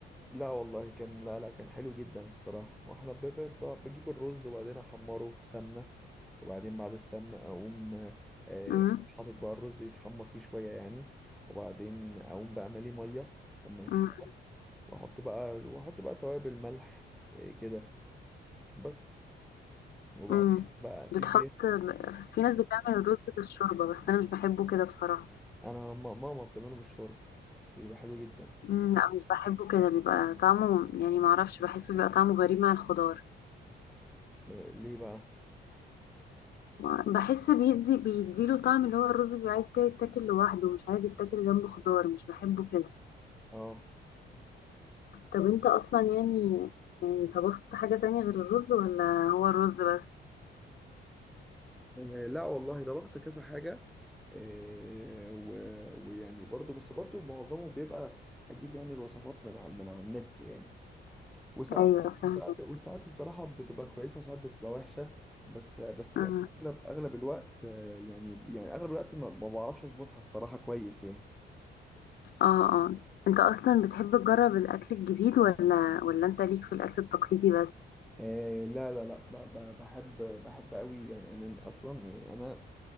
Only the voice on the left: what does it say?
امم
امم
أمم.
بتحط
بس في ناس بتعمل الرز بالشوربة بس انا مش بحبه كده بصراحة
أمم، لا مش بحبه كده بيبقى طعمه يعني معرفش بحسه بيبقى طعمه غريب مع الخضار
ما- بحس بيدي بيديله طعم اللي هو الرز بيبقى عايز كده يتاكل لوحده مش عايز يتاكل جنبه خضار مش بحبه كده
طب انت اصلا يعني يعني طبخت حاجة تانية غير الرز ولا هو الرز بس
ايوه فاهمة
اه
اه آه. انت اصلا بتحب تجرب الاكل الجديد ولا ولا انت ليك في الاكل التقليدي بس